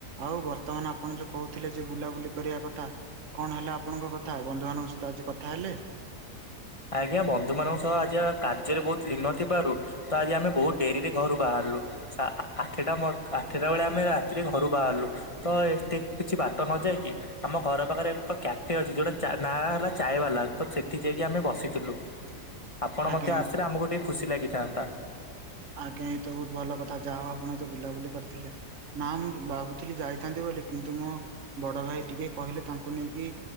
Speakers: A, on the right (about 50°); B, on the left (about 20°).
A: ଆଉ ବର୍ତ୍ତମାନ ଆପଣ ଯୋଉ କହୁଥିଲେଯେ ବୁଲାବୁଲି କରିବା କଥା। କଣ ହେଲା ଆପଣଙ୍କ କଥା ବନ୍ଧୁ ମାନଙ୍କ ସହିତ ଆଜି କଥାହେଲେ?
B: ଆଜ୍ଞା ବନ୍ଧୁ ମାନଙ୍କ ସହ ଆଜି ଆ କାର୍ଯ୍ୟରେ ବହୁତ ଲୀନ ଥିବାରୁ। ତ ଆଜି ଆମେ ବହୁତ ଡେରିରେ ଘରୁ ବାହାରିଲୁ। ଆଚ୍ଛା ଆ ଆ ଆଠଟା ମୋର ଆଠଟା ବେଳେ ଆମେ ରାତିରେ ଘରୁ ବାହାରିଲୁ। ତ ଏତେ କିଛି ବାଟ ନଯାଇକି। ଆମ ଘର ପାଖରେ ଏକ କ୍ୟାଫେ ଅଛି ଯୋଉଟା ଚା ନାଁ ହେଲା ଚାଏ ବାଲା ତ ସେଠି ଯାଇକି ଆମେ। ବସିଥିଲୁ ଆପଣ
A: ଆଜ୍ଞା
B: ମଧ୍ଯ
A: ଏଇ
B: ଆସିଲେ ଆମକୁ ଟିକିଏ ଖୁସି ଲାଗିଥାନ୍ତା।
A: ଆଜ୍ଞା ଏଇତ ବହୁତ ଭଲକଥା ଯାହାହଉ ଆପଣତ ବୁଲାବୁଲି କରିଥିଲେ। ନାଁ ମୁଁ ଭାବୁଥିଲି ଯାଇଥାନ୍ତି ବୋଲି କିନ୍ତୁ ମୋ ବଡଭାଇ ଟିକିଏ କହିଲେ ତାଙ୍କୁ ନେଇକି।